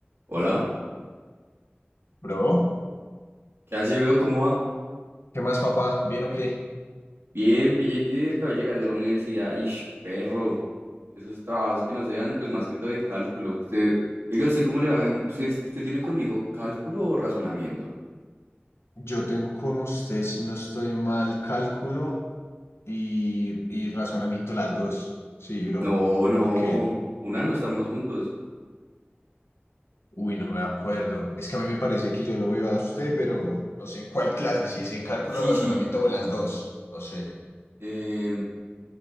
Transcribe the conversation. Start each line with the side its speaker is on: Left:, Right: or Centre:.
Right: Hola,
Left: Bro,
Right: ¿qué hace, bro? ¿Cómo va?
Left: ¿qué más, papá? ¿Bien o qué?
Right: Bien, pillé que acabo de llegar de la universidad. Ish, perro, esos trabajos que nos dejan, pues más que todo de cálculo. Usted, oiga, ¿usted cómo le va? en- ¿Usted, usted tiene conmigo cálculo o razonamiento?
Left: Yo tengo con usted, si no estoy mal, cálculo y, y razonamiento las dos. Sí, bro.
Right: No, no,
Left: ¿Por qué?
Right: una no estamos juntos.
Left: Uy, no me acuerdo. Es que a mí me parece que yo lo veo a usted, pero no sé en cuál clase, si es en cálculo,
Right: Sí,
Left: razonamiento
Right: sí,
Left: o en las dos. No sé.
Right: em,